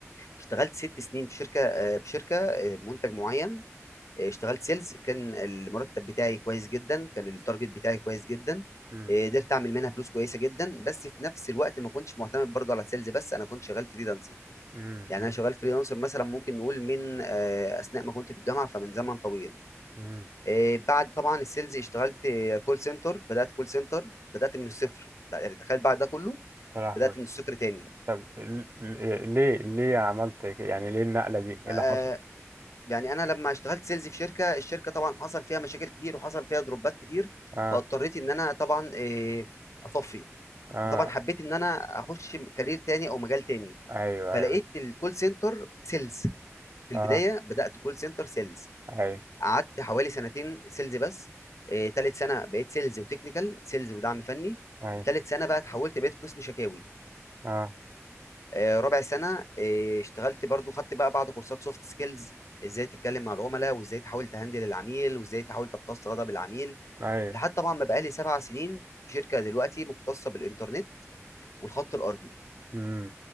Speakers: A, on the left; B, on the right.
A: اشتغلت ست سنين في شركه آه، في شركه آه، منتج معين آه، اشتغلت سيلز كان المرتب بتاعي كويس جدا كان التارجت بتاعي كويس جدا
B: امم
A: آه، قدرت اعمل منها فلوس كويسه جدا بس في نفس الوقت ما كنتش معتمد برضو على السيلز بس انا كنت شغال فريلانسنج
B: امم
A: يعني
B: امم
A: انا شغال فريلانسر مثلا ممكن نقول من آه، اثناء ما كنت في الجامعه فمن زمن طويل
B: أمم.
A: آه، بعد طبعا السيلز اشتغلت كول سنتر بدات كول سنتر بدات من الصفر يعني تخيل بعد ده كله
B: يا لهوي
A: بدات من الصفر تاني
B: طب ال- ال- ليه ليه عملت كده يعني ليه النقلة دي ايه
A: آه،
B: اللي حصل
A: يعني انا لما اشتغلت سيلز في شركه الشركه طبعا حصل فيها مشاكل كتير وحصل فيها دروبات كتير
B: اه
A: فاضطريت ان انا طبعا إيه، اطفي
B: اه
A: فطبعا حبيت ان انا اخش كارير تاني او مجال تاني
B: ايوه
A: فلقيت
B: ايوه
A: الكول سنتر سيلز في
B: اه
A: البدايه بدات كول سنتر سيلز
B: ايوه
A: قعدت حوالي سنتين سيلز بس إيه، تالت سنه بقيت سيلز وتكنيكال سيلز ودعم فني
B: ايوه
A: تالت سنه بقى اتحولت بقيت قسم شكاوي
B: اه
A: آه، ربع سنة آه، اشتغلت برضو خدت بقى بعض كورسات سوفت سكيلز ازاي تتكلم مع العملاء وازاي تحاول تهندل العميل وازاي تحاول تمتص غضب العميل
B: ايوه
A: لحد طبعا ما بقالي سبع سنين في شركة دلوقتي مختصة بالإنترنت والخط الأرضي
B: امم